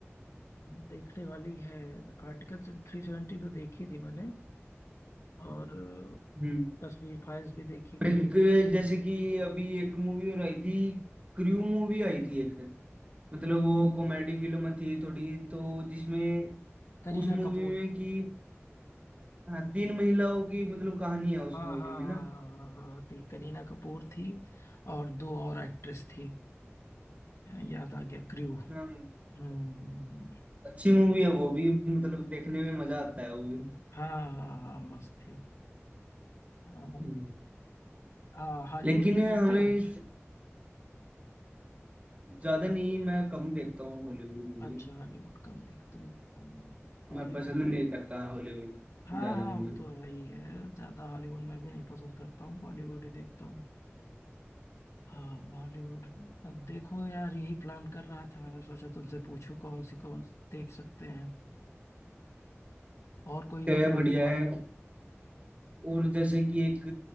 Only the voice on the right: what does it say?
हम्म
एक जैसे कि अभी एक मूवी और आई थी क्रू मूवी आई थी एक मतलब वो कॉमेडी फिल्म थी थोड़ी तो जिसमें
उस मूवी
में कि हाँ तीन महिलाओं की मतलब कहानी है उस
मूवी
में
ना
हाँ
अच्छी
मूवी है वो भी मतलब देखने में मजा आता है वो भी
हम्म।
लेकिन
हमें
ज्यादा नहीं मैं कम देखता हूँ हॉलीवुड मूवी
मैं पसंद नहीं करता हॉलीवुड
ज्यादा
मूवी
क्या
है, बढ़िया
है
और जैसे कि एक